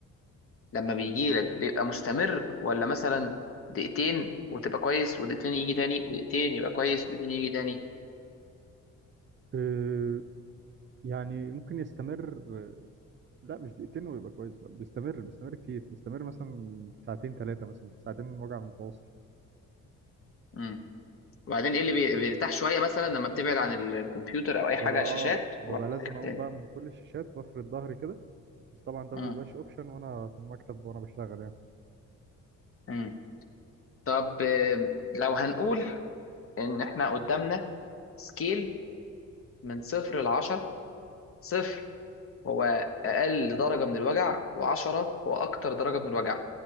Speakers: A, on the left (about 45°); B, on the right (about 40°).
A: لما بيجي لك بيبقى مستمر ولا مثلا دقيقتين وتبقى كويس ودقيقتين يجي تاني ودقيقتين يبقى كويس ودقيقتين يجي تاني
B: أه يعني ممكن يستمر آه، لا مش دقيقتين ويبقى كويس لا بيستمر بيستمر كتير بيستمر مثلا ساعتين ثلاثه مثلا ساعتين من وجع متواصل
A: امم وبعدين ايه اللي بي- بيرتاح شويه مثلا لما بتبعد عن الكمبيوتر او اي
B: ببقى
A: حاجه
B: اه
A: شاشات
B: ببقى
A: وبعدين
B: لازم
A: يرجع
B: اقوم
A: تاني
B: بقى من كل الشاشات وافرد ظهري كده بس طبعا ده ما
A: امم
B: بيبقاش اوبشن وانا في المكتب وانا بشتغل يعني
A: امم طب آه، لو هنقول ان احنا قدامنا سكيل من صفر لعشرة صفر هو اقل درجه من الوجع وعشرة هو اكتر درجه من الوجع